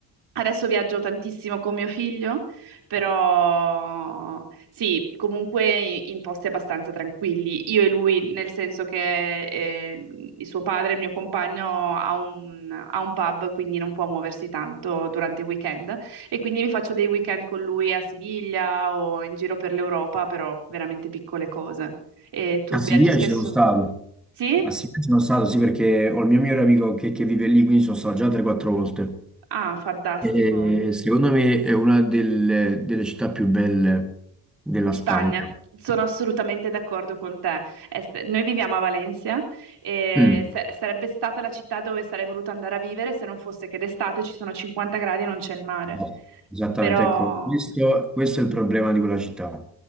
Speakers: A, on the right (about 65°); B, in the centre.
A: Adesso viaggio tantissimo con mio figlio però sì, comunque i- in posti abbastanza tranquilli. Io e lui, nel senso che eh, il suo padre, il mio compagno, ha un, ha un pub, quindi non può muoversi tanto durante i weekend. E quindi mi faccio dei weekend con lui a Siviglia o in giro per l'Europa, però veramente piccole cose. E tu
B: A Siviglia
A: viaggi spesso?
B: ci sono stato.
A: Sì?
B: A Siviglia ci sono stato, sì, perché ho il mio migliore amico che, che vive lì, quindi sono stato già 3-4 volte.
A: Ah, fantastico.
B: E secondo me è una delle, delle città più belle della
A: Di
B: Spagna.
A: Spagna, sono assolutamente d'accordo con te. Eh, s- Noi viviamo a Valencia e
B: Mm.
A: se- sarebbe stata la città dove sarei voluto andare a vivere se non fosse che d'estate ci sono 50 gradi e non c'è il mare.
B: No, Esattamente,
A: Però
B: ecco, questo, questo è il problema di quella città.